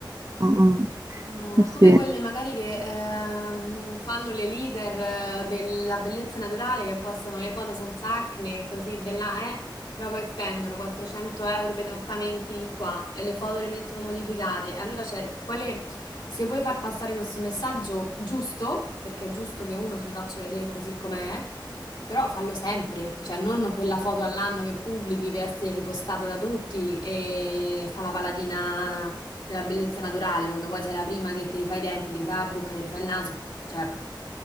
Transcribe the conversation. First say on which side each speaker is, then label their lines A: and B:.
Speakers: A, on the right; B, on the left.
A: Mm,
B: No,
A: eh sì,
B: come quelle magari che ehm, fanno le leader eh, della bellezza naturale che postano le foto senza acne e così de là, eh, però poi spendono 400 euro per trattamenti di qua e le foto le mettono modificate. Allora, cioè, quale, se vuoi far passare questo messaggio giusto, perché è giusto che uno si faccia vedere così com'è, però fallo sempre, cioè non quella foto all'anno che pubblichi per essere ripostata da tutti e fa la paladina della bellezza naturale, quando poi sei la prima che ti rifai i denti, ti rifai la bocca, ti rifai il naso, cioè,